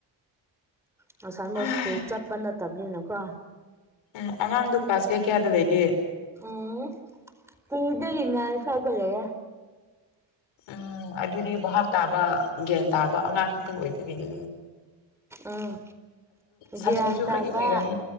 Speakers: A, in the centre; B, on the left (about 90°).
A: ꯉꯁꯥꯏ ꯃꯣꯏ
B: ꯎꯝ
A: ꯁ꯭ꯀꯨꯜ ꯆꯠꯄ ꯅꯠꯇꯕꯅꯤꯅꯀꯣ
B: ꯎꯝ ꯑꯉꯥꯡꯗꯣ ꯀ꯭ꯂꯥꯁ ꯀꯌꯥ ꯀꯌꯥꯗ ꯂꯩꯒꯦ
A: ꯎꯝ ꯇꯨꯗꯒꯤ ꯅꯥꯏꯟ ꯐꯥꯎꯕ ꯂꯩꯌꯦ
B: ꯎꯝ ꯑꯗꯨꯗꯤ ꯚꯥꯞ ꯇꯥꯕ ꯒ꯭ꯌꯥꯟ ꯇꯥꯕ ꯑꯉꯥꯡ ꯈꯛꯇꯪ ꯑꯣꯏꯕꯒꯤꯅꯦ
A: ꯑꯧ
B: ꯁꯥꯊꯤꯕꯁꯨ
A: ꯒ꯭ꯌꯥꯟ ꯇꯥꯕ
B: ꯈꯔꯗꯤ ꯂꯩꯔꯝꯅꯤ